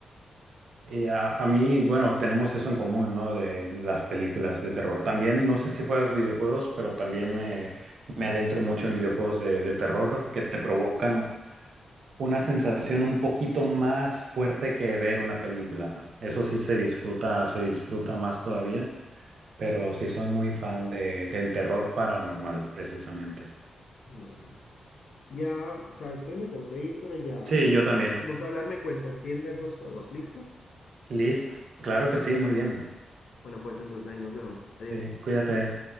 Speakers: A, on the right (about 70°); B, on the left (about 70°).
A: Y a, a mí, bueno, tenemos eso en común, ¿no? De las películas de terror. También, no sé si juegas videojuegos, pero también me, me adentro mucho en videojuegos de, de terror que te provocan ¿no? Una sensación un poquito más fuerte que ver una película. Eso sí se disfruta, se disfruta más todavía, pero sí soy muy fan de, del terror paranormal, precisamente.
B: bueno, listo. Ya, ¿sabes qué? Me tengo que ir, pero ya
A: Sí, yo también.
B: vamos a hablar, me cuentas bien de esos juegos, ¿listo?
A: Listo. Claro que sí, muy bien.
B: Bueno, pues entonces ahí nos vemos. Adiós.
A: Sí, cuídate.